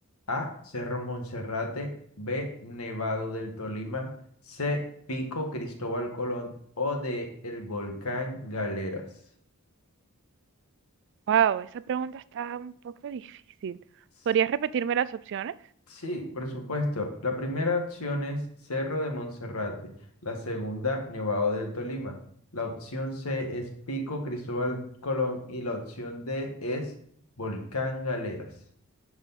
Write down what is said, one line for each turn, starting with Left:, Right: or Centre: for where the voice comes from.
Left: A. Cerro Monserrate. B. Nevado del Tolima. C. Pico Cristóbal Colón. O D. El volcán Galeras.
Right: Wow, esa pregunta está un poco difícil.
Left: S-
Right: ¿Podrías repetirme las opciones?
Left: Sí, por supuesto. La primera opción es Cerro de Monserrate. La segunda, Nevado del Tolima. La opción C es Pico Cristóbal Colón y la opción D es Volcán Galeras.